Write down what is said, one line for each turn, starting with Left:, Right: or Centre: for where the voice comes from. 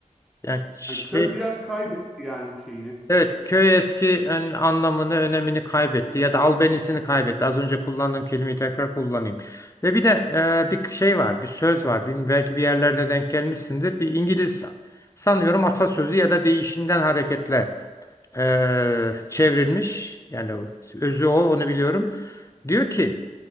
Left: Yani şey,
Centre: Yani köy biraz kaybetti yani şeyini.
Left: evet köy eski en- anlamını, önemini kaybetti ya da albenisini kaybetti. Az önce kullandığım kelimeyi tekrar kullanayım. Ve bir de e, bir şey var, bir söz var. Bilmiyorum, belki bir yerlerde denk gelmişsindir. Bir İngiliz sanıyorum atasözü ya da deyişinden hareketle e, çevrilmiş. Yani özü o, onu biliyorum. Diyor ki